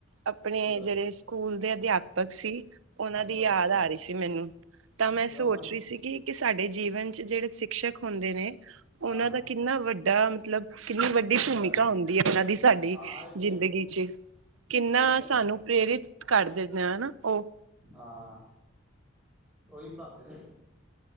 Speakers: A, on the right; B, in the centre.
A: ਆਪਣੇ
B: ਕੀ ਹੋਇਆ
A: ਜਿਹੜੇ ਸਕੂਲ ਦੇ ਅਧਿਆਪਕ ਸੀ ਉਹਨਾਂ
B: ਅੱਛਾ
A: ਦੀ ਯਾਦ
B: ਅੱਛਾ
A: ਆ ਰਹੀ ਸੀ ਮੈਨੂੰ ਤਾਂ ਮੈਂ
B: ਕਿਉਂ
A: ਸੋਚ
B: ਹੈ
A: ਰਹੀ ਸੀ ਕਿ। ਸਾਡੇ ਜੀਵਨ ਚ ਜਿਹੜੇ ਸ਼ਿਕਸ਼ਕ ਹੁੰਦੇ ਨੇ। ਉਹਨਾਂ
B: ਹਾਂ ਹਾਂ
A: ਦਾ ਕਿੰਨਾ ਵੱਡਾ ਮਤਲਬ ਕਿੰਨੀ ਵੱਡੀ
B: ਅੱਛਾ
A: ਭੂਮਿਕਾ ਹੁੰਦੀ ਐ ਉਹਨਾਂ ਦੀ ਸਾਡੀ।
B: ਹਾਂ ਇਹ ਤੇ
A: ਜ਼ਿੰਦਗੀ
B: ਹੈ
A: ਚ ਕਿੰਨਾ
B: ਇਹ ਤੇ ਹੈਗਾ
A: ਸਾਨੂੰ ਪ੍ਰੇਰਿਤ ਕਰ ਦਿੰਦੇ ਹਨਾ ਓ
B: ਹਾਂ ਉਹੀ ਬਣਾਂਦੇ ਨੇ।